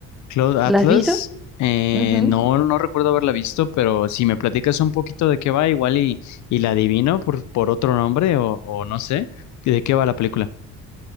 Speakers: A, on the left; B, in the centre.
A: Cloud Atlas,
B: ¿La has visto?
A: eh,
B: Ujú.
A: no, no recuerdo haberla visto, pero si me platicas un poquito de qué va, igual y, y la adivino por, por otro nombre o, o no sé, ¿de qué va la película?